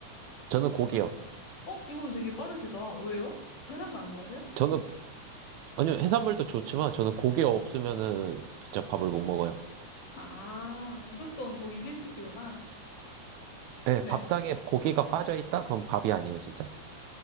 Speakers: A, on the right (about 75°); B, on the left (about 55°).
A: 저는 고기요.
B: 어, 이건 되게 빠르시다. 왜요? 해산물 안 좋아하세요?
A: 저는, 아니요, 해산물도 좋지만 저는 고기 없으면은 진짜 밥을 못 먹어요.
B: 아, 무조건 고기 필수시구나.
A: 예,
B: 네.
A: 밥상에 고기가 빠져 있다? 그럼 밥이 아니에요, 진짜.